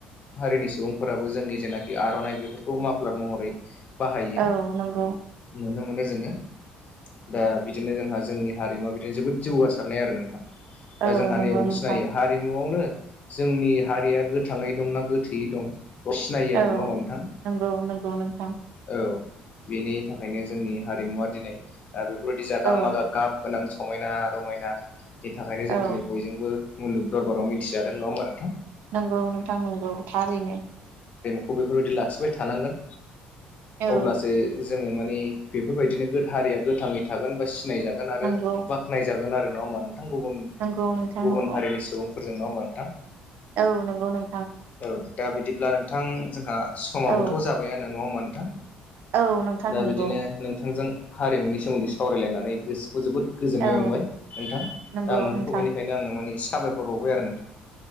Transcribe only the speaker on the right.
औ नोंगौ
औ
नंगौ
नोंथां
औ
नंगौ नंगौ नोंथां
औ
औ
नोंगौ नोंथां नोंगौ थारैनो
औ
नंगौ
नंगौ नोंथां नंगौ
औ नोंगौ नों
औ
औ नोंथां
नंगौ
औ
नंगौ
नोंथां